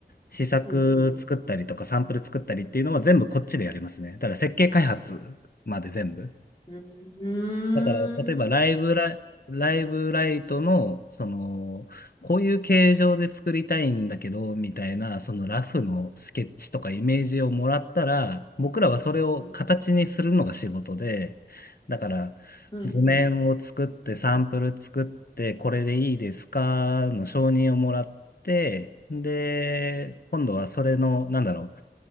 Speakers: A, on the left; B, on the left.
A: 試作作ったりとかサンプル作ったりっていうのは全部こっちでやりますね。
B: んうん、
A: だから設計開発まで全部。
B: うん、うん、
A: だから、
B: うーん、
A: 例えばライブラ、ライブライトの、その、こういう形状で作りたいんだけど、みたいな、そのラフのスケッチとかイメージをもらったら、僕らはそれを形にするのが仕事で、
B: うん、
A: だから、
B: うん、
A: 図面を作って、
B: うん、
A: サンプル作って、これでいいですかの承認をもらって、で、今度はそれの、なんだろ